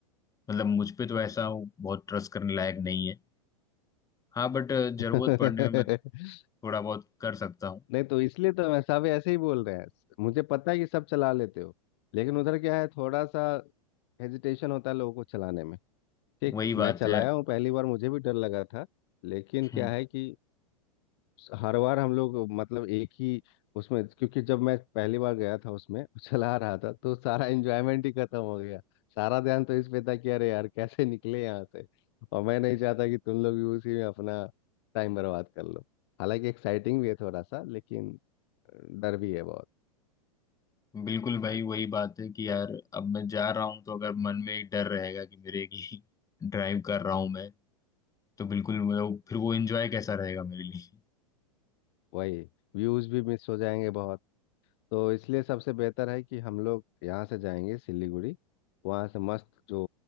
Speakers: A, on the left (about 20°); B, on the left (about 50°).
A: मतलब मुझ पे तो ऐसा हो, बहुत ट्रस्ट करने लायक नहीं है हाँ बट जरूरत
B: <laughs>
A: पड़ने में मैं थोड़ा बहुत कर सकता हूँ
B: नहीं तो इसलिए तो मैं सब ऐसे ही बोल रहे हैं मुझे पता है कि सब चला लेते हो लेकिन उधर क्या है थोड़ा सा हेजिटेशन होता है लोगों को चलाने में ठीक
A: वही बात
B: मैं चलाया
A: है <clears throat>
B: हूँ पहली बार मुझे भी डर लगा था लेकिन
A: हम्म,
B: क्या है कि हर बार हम लोग मतलब एक ही उसमें क्योंकि जब मैं पहली बार गया था उसमें <laughs> चला रहा था तो सारा एंजॉयमेंट ही खत्म हो गया सारा ध्यान तो इस पे था कि अरे यार कैसे निकले यहाँ से और मैं नहीं चाहता कि तुम लोग भी उसी में अपना टाइम बर्बाद कर लो हालांकि एक्साइटिंग भी है थोड़ा सा लेकिन डर भी है बहुत
A: बिल्कुल भाई वही बात है कि यार अब मैं जा रहा हूँ तो अगर मन में एक डर रहेगा कि मेरे की <laughs> ड्राइव कर रहा हूँ मैं तो बिल्कुल मतलब फिर वो एंजॉय कैसा रहेगा मेरे लिए
B: वही व्यूज भी मिस हो जाएंगे बहुत तो इसलिए सबसे बेहतर है कि हम लोग यहाँ से जाएंगे सिलीगुड़ी वहाँ से मस्त जो